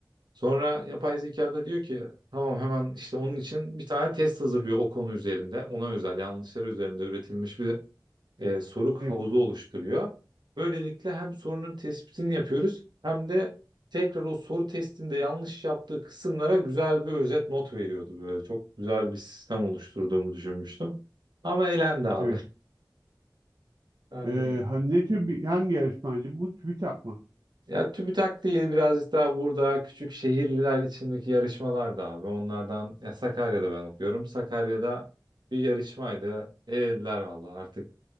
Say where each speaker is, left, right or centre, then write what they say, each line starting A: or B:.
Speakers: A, on the right (about 70°); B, on the right (about 55°).
A: Sonra yapay zeka da diyor ki tamam hemen işte onun için bir tane test hazırlıyor o konu üzerinde. Ona özel yanlışlar üzerinde üretilmiş bir e, soruk havuzu
B: Evet,
A: oluşturuyor. Böylelikle hem sorunun tespitini yapıyoruz hem de tekrar o soru testinde yanlış yaptığı kısımlara güzel bir özet not veriyordu böyle. Çok güzel bir sistem oluşturduğumu düşünmüştüm. Ama elendi abi.
B: evet.
A: <laughs> Yani
B: Ee, ha- ne tür bir hangi yarışmaydı? Bu TÜBİTAK mı?
A: ya TÜBİTAK değil birazcık daha burada küçük şehirliler içindeki yarışmalar da abi. Onlardan ya Sakarya'da ben okuyorum. Sakarya'da bir yarışmaydı. Elediler valla artık